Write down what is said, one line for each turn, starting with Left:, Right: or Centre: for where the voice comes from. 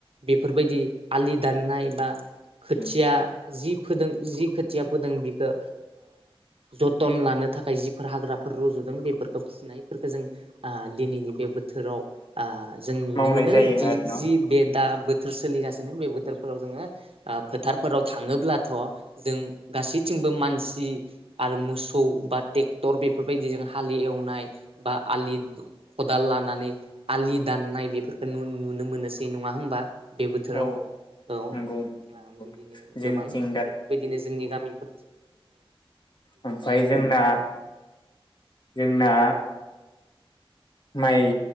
Right: बेफोरबायदि आलि दाननाय बा खोथिया
Left: उम
Right: जि फोदों जि खोथिया फोदों बिखो जथन लानो थाखाय जिफोर हाग्राफोर रजदों बेफोरखौ फुनायफोरखौ जों दिनैनि बे बोथोराव जों नुनो
Left: मावनाय
Right: मोनो
Left: जायो
Right: जि
Left: आरो न'
Right: जि बे दा बो बोथोर सोलिगासिनो बे बोथोरफोराव जोङो फोथारफोराव थाङोब्लाथ जों गासैथिंबो मानसि सि आरो मोसौ बा ट्रेक्टर बेफोरबायदि हालि एवनाय बा आलि खदाल लानानै आलि दाननाय बेफोरखौ नुनो मोनोसै नङा होमबा बे बोथोराव
Left: औ
Right: औ
Left: नंगौ नंगौ
Right: बिदिनो गोबां
Left: जोंथिं
Right: बेफोरबायदिनो जोंनि गामिफो
Left: ओमफफ्राय जोंना जोंना माइ